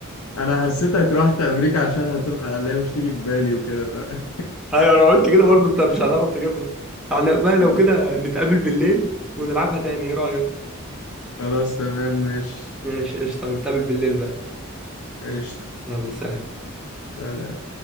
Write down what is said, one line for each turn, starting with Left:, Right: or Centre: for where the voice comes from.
Left: انا حسيتك رحت امريكا عشان هتبقى اللي هي مش تيجي في بالي وكده بقى
Centre: ايوه انا قلت كده برضه انت مش هتعرف تجيبها على بقى
Left: <laughs>
Centre: لو كده نتقابل بالليل ونلعبها تاني ايه رأيك
Left: خلاص تمام ماشي
Centre: ماشي قشطه نتقابل بالليل بقى
Left: قشطة
Centre: يلا سلام
Left: سلام